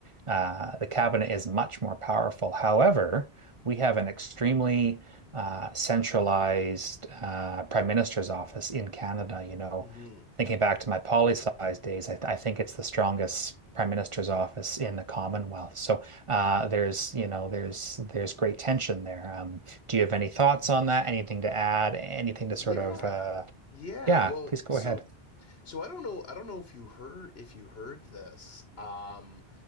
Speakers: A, on the right; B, on the left.
A: uh, the cabinet is much more powerful. However, we have an extremely uh, centralized uh, prime minister's office in Canada. You know,
B: hmm
A: thinking back to my poli sci's days, I, th I think it's the strongest prime minister's office in the Commonwealth. So uh, there's, you know, there's there's great tension there. Um, do you have any thoughts on that? Anything to add? Anything to
B: Yeah.
A: sort of, uh,
B: Yeah.
A: yeah,
B: Well,
A: please go
B: so
A: ahead.
B: so I don't know I don't know if you heard if you heard this. Um